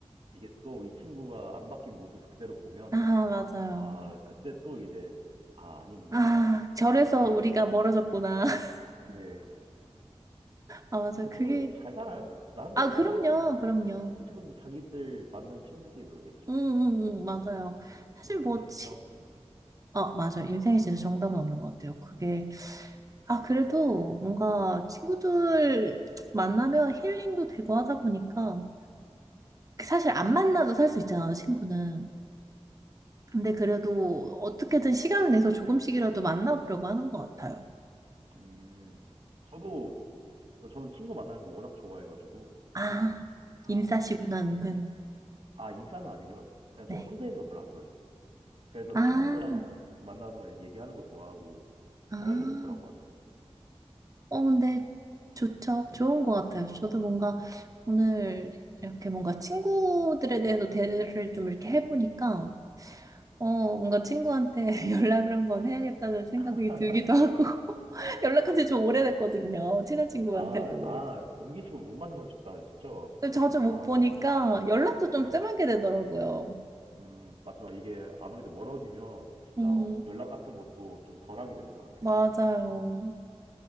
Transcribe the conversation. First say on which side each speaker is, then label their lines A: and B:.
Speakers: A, on the right; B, on the right.
A: 이게 또 이 친구가 안 바뀐 모습 그대로 보면
B: 아, 맞아요.
A: 아 그때 또 이제 아 아니구나
B: 아, 절에서
A: 하고 또
B: 우리가
A: 이제
B: 멀어졌구나. <laughs>
A: 네 진짜
B: 아, 맞아요.
A: 근데 그
B: 그게.
A: 친구들도 잘 살아요 나름대로
B: 아, 그럼요.
A: 잘 살고
B: 그럼요.
A: 네 그 친구들도 자기들 맞는 친구들끼리 놀겠죠
B: 응, 응, 응, 맞아요.
A: 예,
B: 사실
A: 예,
B: 뭐,
A: 인생에
B: 치...
A: 정답은 없으니까
B: 아, 맞아요. 인생에 진짜 정답은 없는 것 같아요. 그게 아, 그래도 뭔가 친구들 만나면 힐링도 되고 하다 보니까 그 사실 안 만나도 살 수 있잖아, 친구는. 근데 그래도 어떻게든 시간을 내서 조금씩이라도 만나보려고 하는 것 같아요.
A: 네음 저도 저는 친구 만나는 거 워낙 좋아해가지고
B: 아,
A: 아,
B: 인싸시구나, 은근.
A: 아 인싸는 아니고요 그냥
B: 네.
A: 저 혼자 있는 거 별로 안 좋아해요 그래서
B: 아,
A: 친구랑 만나서 얘기하는 거 좋아하고
B: 아.
A: 성향이 좀 그런 것 같아요
B: 어, 근데 좋죠. 좋은 것 같아요. 저도 뭔가 오늘 이렇게 뭔가 친구들에 대해서 대화를 좀 이렇게 해보니까 어, 뭔가 친구한테 <laughs> 연락을 한번 해야겠다는 생각이
A: <laughs>
B: 들기도 하고, <laughs> 연락한 지 좀 오래됐거든요. 친한 친구한테도.
A: 아, 아, 옮기시고 못 만나셨다 하셨죠?
B: 근데 자주
A: 아,
B: 못 보니까 연락도 좀
A: 네.
B: 뜸하게 되더라고요.
A: 음, 맞죠. 이게 아무래도 멀어지면 진짜
B: 음,
A: 어- 연락 같은 것도 좀 덜하게 되는 것 같아요.
B: 맞아요.